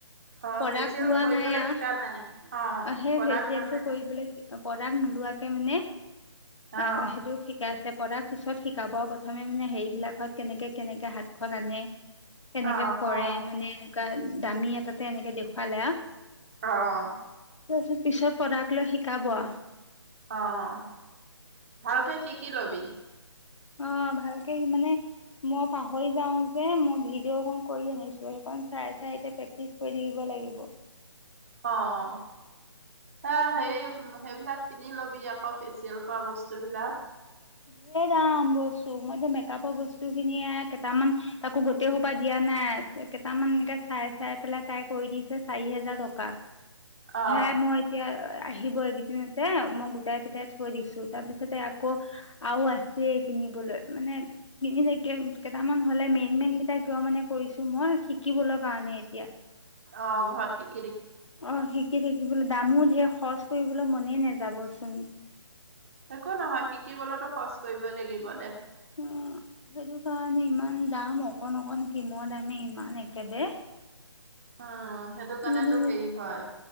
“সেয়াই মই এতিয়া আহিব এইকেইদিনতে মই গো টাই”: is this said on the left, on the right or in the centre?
Left